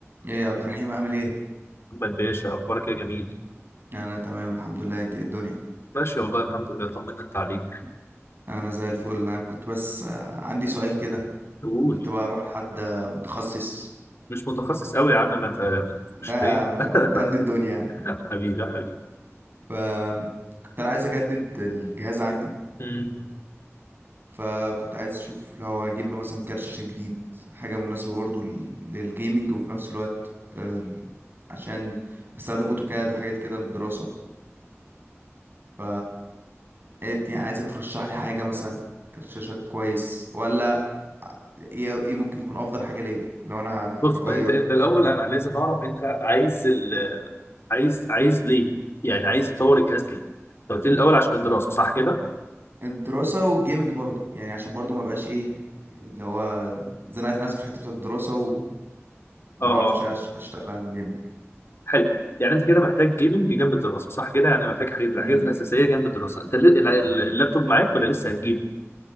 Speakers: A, on the right; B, on the left.
A: ايه يا عبد الرحيم عامل ايه
B: محمد باشا اخبارك إيه يا جميل
A: انا تمام الحمد لله انت إيه الدنيا
B: ماشي والله الحمد لله طمنا انت عليك
A: انا زي الفل انا كنت بس آه، عندي سؤال كده
B: قول
A: قلت بقى اروح لحد آه، متخصص
B: مش متخصص قوي يا عم ما انت ما تفكش
A: لا
B: فيا
A: يا عم، لا، ده قد
B: <laughs>
A: الدنيا يعني
B: حبيبي يا حبيبي
A: ف كنت انا عايز اجدد الجهاز عندي
B: أمم.
A: فكنت عايز اشوف لو اجيب له مثلا كارت شاشه جديد حاجه مناسبه برضو لل- للجيمنج وفي نفس الوقت ال- عشان بستخدم اوتوكاد وحاجات كده للدراسه ف إيه يعني عايزك ترشح لي حاجه مثلا كارت شاشه كويس ولا ايه ايه ممكن يكون افضل حاجه ليا لو انا
B: بص
A: هغير
B: طيب انت انت الاول انا لازم اعرف انت عايز ال... عايز عايز ليه يعني عايز تطور الجهاز ليه انت قلت لي الاول عشان الدراسه صح كده
A: الدراسه والجيمنج برضو يعني عشان برضو ما بقاش ايه اللي هو زنقت نفسي في الحته بتاعت الدراسه و... وما
B: اه اه
A: عرفتش أش- اشتغل عن الجيمنج
B: حلو يعني انت كده محتاج جيمنج جنب الدراسه صح كده يعني محتاج حاجات الحاجات
A: امم
B: الاساسيه جنب الدراسه انت ل- ال- اللابتوب معاك ولا لسه هتجيب